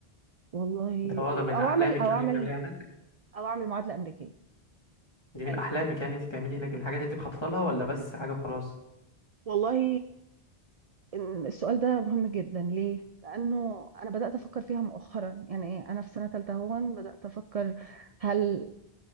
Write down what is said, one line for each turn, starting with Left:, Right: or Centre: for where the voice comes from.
Right: والله
Left: ده اه
Right: أو
Left: ده من
Right: أو
Left: احلامك
Right: أعمل أو
Left: يعني
Right: أعمل
Left: إنك تعمليها هناك
Right: أو أعمل معادلة أمريكية
Left: دي من
Right: أيوة
Left: احلامك يعني انت تعملي هناك من الحاجات اللي انت مخططه لها ولا بس حاجه خلاص
Right: والله إن السؤال ده مهم جدا ليه؟ لأنه أنا بدأت أفكر فيها مؤخرا يعني إيه أنا في سنة تالتة هون بدأت أفكر هل